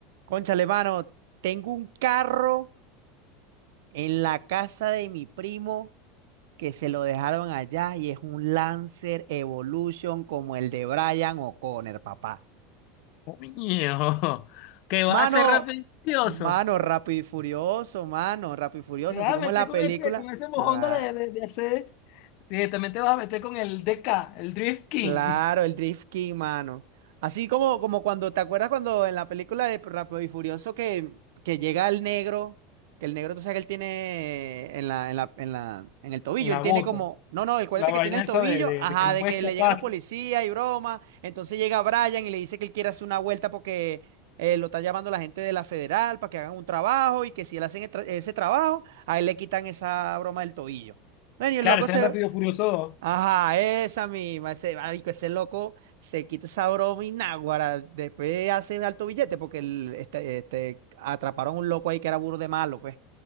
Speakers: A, on the right (about 80°); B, on the left (about 60°).
A: Cónchale, mano, tengo un carro en la casa de mi primo que se lo dejaron allá y es un Lancer Evolution como el de Brian O'Connor, papá.
B: Coño, <laughs> Que
A: Mano,
B: va a ser rápido y furioso?
A: mano, Rápido y Furioso, mano, Rápido y Furioso,
B: Te vas
A: así como
B: a meter
A: en la
B: con
A: película.
B: ese, con ese mojón
A: la-
B: de, de, de hacer. Directamente te vas a meter con el DK, el Drift King,
A: Claro,
B: <laughs>
A: el drift king, mano. Así como, como cuando, ¿te acuerdas cuando en la película de Rápido y Furioso que, que llega el negro, que el negro, tú sabes que él tiene en la, en la, en la, en el tobillo,
B: en la
A: él tiene
B: bota.
A: como, no, no, el acuérdate
B: La vaina
A: que tiene el
B: esa
A: tobillo,
B: de, de,
A: ajá,
B: de que no
A: de
B: puedes
A: que
B: escapar.
A: le llegan los policías y broma, entonces llega Brian y le dice que él quiere hacer una vuelta porque eh, lo está llamando la gente de la federal para que hagan un trabajo y que si él hace ese trabajo, a él le quitan esa broma del tobillo. Bueno, y el
B: Claro,
A: loco
B: ese
A: se,
B: es Rápido y Furioso 2.
A: Ajá, esa misma, ese marico, ese loco se quita esa broma y náguara, después hace alto billete porque el, este, este, atraparon un loco ahí que era burro de malo, pues.